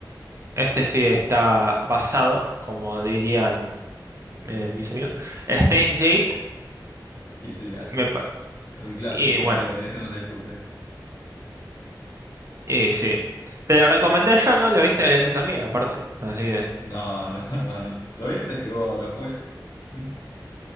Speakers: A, on the right; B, on the left.
A: este sí está basado, como dirían eh, mis amigos, Steins Gate.
B: Y sí, es
A: me pa-
B: es un clásico,
A: y bueno,
B: ese, ese no se discute.
A: y sí. Te lo recomendé yo, ¿no? Lo viste gracias a mí, aparte. Así que...
B: No, no, no, no. Lo vi antes que vos, lo jugué. <laughs>